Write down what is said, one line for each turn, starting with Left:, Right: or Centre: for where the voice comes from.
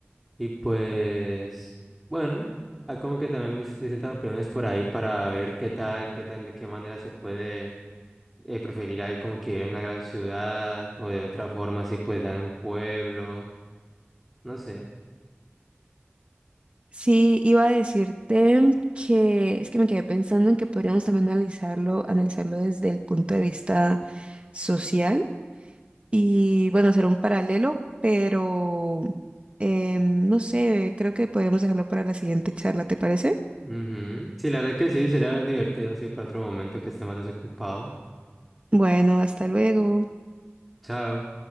Centre: Y pues, bueno, hay como que también dis- distintas opiniones por ahí para ver qué tal, qué tal, de qué manera se puede eh, preferir ahí como que ir a una gran ciudad o de otra forma así pues en un pueblo, no sé.
Right: Sí, iba a decirte que es que me quedé pensando en que podríamos también analizarlo, analizarlo desde el punto de vista social y bueno, hacer un paralelo, pero em, no sé, creo que podríamos dejarlo para la siguiente charla, ¿te parece?
Centre: Ujú. Sí, la verdad que sí, será divertido así para otro momento que esté más desocupado.
Right: Bueno, hasta luego.
Centre: Chao.